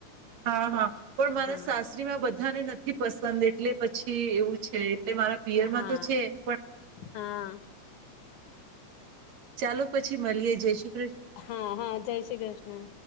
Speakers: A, on the right; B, on the left.
A: હા, હા પણ મારા
B: હા
A: સાસરીમાં બધાને નથી પસં દન એટલે પછી એવું છે. એટલે મારા પિયરમાં
B: હા
A: તો છે પણ
B: હા
A: ચાલો પછી મળીએ જઈશી
B: હા, હા જય શ્રી કૃષ્ણ.